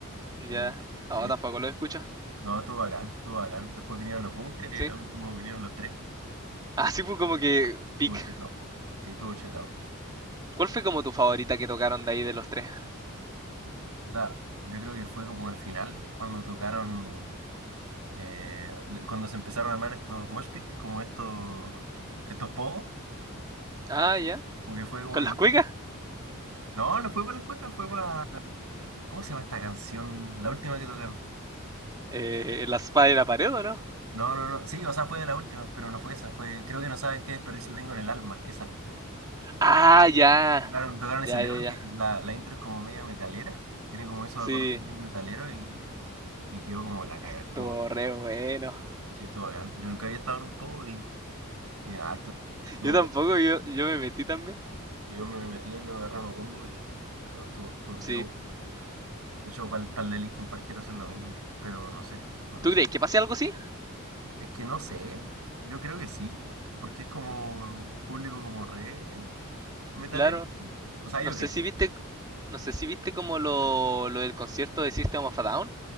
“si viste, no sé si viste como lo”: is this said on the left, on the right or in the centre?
Right